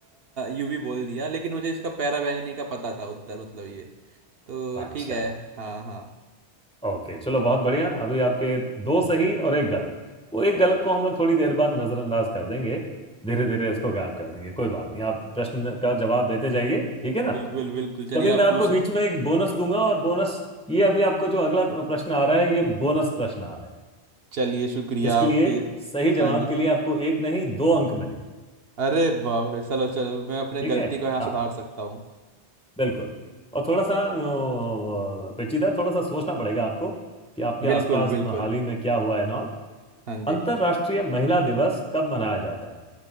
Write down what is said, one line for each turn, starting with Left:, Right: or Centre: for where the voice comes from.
Right: यूवी बोल दिया लेकिन मुझे इसका पैरा बैंगनी का पता था उत्तर मतलब ये तो
Centre: अच्छा
Right: ठीक है हाँ हाँ
Centre: ओके चलो बहुत बढ़िया अभी आपके दो सही और एक गलत वो एक गलत को हम लोग थोड़ी देर बाद नजरअंदाज कर देंगे धीरे धीरे
Right: <laughs>
Centre: उसको गायब कर देंगे कोई बात नहीं आप प्रश्न का जवाब देते जाइए ठीक है ना
Right: बिल्कुल बिल्कुल चलिए
Centre: कभी मैं
Right: आप
Centre: आपको
Right: पूछ
Centre: बीच में एक बोनस दूंगा और बोनस ये अभी आपको जो अगला प्रश्न आ रहा है ये बोनस प्रश्न आ रहा है
Right: चलिए शुक्रिया
Centre: इसके
Right: आपके
Centre: लिए सही जवाब
Right: हाँ जी
Centre: के लिए आपको एक नहीं दो अंक मिलेंगे
Right: अरे बाप रे चलो चलो मैं अपने
Centre: ठीक
Right: गलती
Centre: है
Right: को यहाँ सुधार
Centre: हाँ
Right: सकता हूँ
Centre: बिल्कुल और थोड़ा सा अ, पेचीदा थोड़ा सा सोचना पड़ेगा आपको कि आपके आसपास
Right: बिल्कुल बिल्कुल
Centre: में हाल ही में क्या हुआ है नॉल
Right: हाँ जी
Centre: अंतर्राष्ट्रीय महिला दिवस कब मनाया जाता है